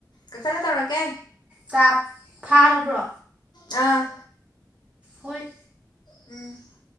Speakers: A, on the left; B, on the right.
A: ꯀꯛꯊꯠꯂꯥ ꯇꯧꯔꯛꯀꯦ
B: ꯇꯥꯞ ꯐꯥꯔꯕ꯭ꯔꯣ
A: ꯑꯥ
B: ꯍꯣꯏ
A: ꯎꯝ